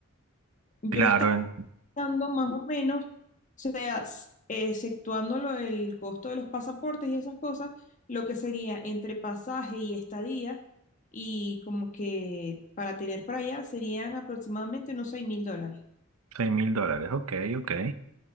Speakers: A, on the left (about 35°); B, on the right (about 85°).
A: Yo
B: claro, en
A: dando más o menos, o sea, s- exceptuando lo del costo de los pasaportes y esas cosas, lo que sería entre pasaje y estadía, y como que para tener para allá serían aproximadamente unos seis mil dólares.
B: seis mil dólares, ok, ok.